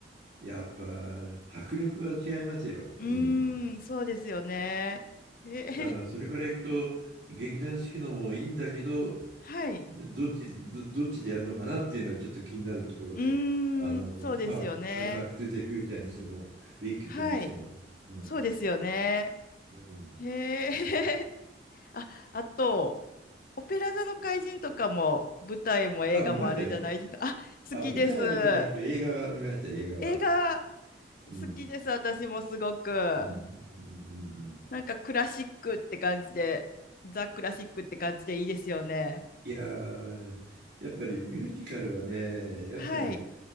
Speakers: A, on the right; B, on the left.
A: やっぱ、迫力が違いますよ。
B: うーん、
A: うん。
B: そうですよね。へへ
A: だから、それからいくと、劇団四季のもいいんだけど、
B: <laughs> はい。
A: どっち、ど、どっちでやるのかなっていうのはちょっと気になるところで。
B: うーん、
A: あの、
B: そうですよね。
A: まあ、バックトゥザフューチャーにしても、ウィキッドにしても。
B: はい。
A: うん。
B: そうですよね。
A: うん。
B: へえあ、あと、オペラ座の怪人とかも、舞台も映画もあるじゃないですか。
A: あ、見ましたよ。
B: あ、
A: あ、
B: 好きです。
A: 舞台は見てないけど、
B: あ、
A: 映画は見ました、映画は。
B: 映画好きです。
A: うん。
B: 私もすごく。
A: うん。うん。うん。うん。うん
B: なんかクラシックって感じで、ザ・クラシックって感じでいいですよね。
A: いやー、やっぱりミュージカルはね、やっぱり
B: はい。